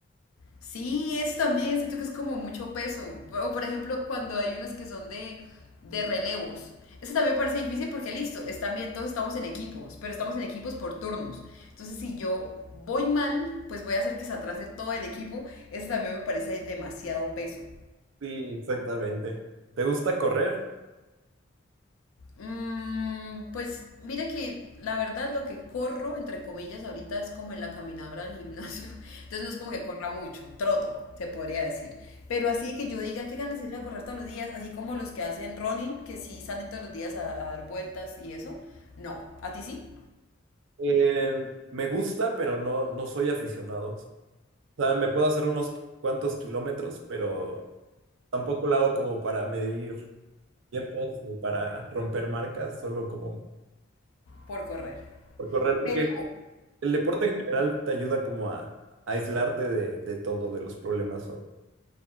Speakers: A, on the left; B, on the right.
A: Sí, eso también, siento que es como mucho peso. O por ejemplo, cuando hay unos que son de, de relevos. Eso también me parece difícil porque listo, es también todos estamos en equipos, pero estamos en equipos por turnos. Entonces, si yo voy mal, pues voy a hacer que se atrase todo el equipo. Eso también me parece demasiado peso.
B: Sí, exactamente. ¿Te gusta correr?
A: Mm, pues mira que la verdad lo que corro, entre comillas, ahorita es como en la caminadora del gimnasio. <laughs> Entonces no es como que corra mucho, troto, se podría decir. Pero así que yo diga qué ganas de ir a correr todos los días, así como los que hacen running, que sí salen todos los días a, a dar vueltas y eso. No, a ti sí,
B: Eh, me gusta, pero no, no soy aficionado. O sea, me puedo hacer unos cuantos kilómetros, pero tampoco lo hago como para medir tiempos ni para romper marcas, solo como
A: por correr.
B: por correr, porque
A: Pero
B: el deporte en general te ayuda como a, a aislarte de, de todo, de los problemas. o-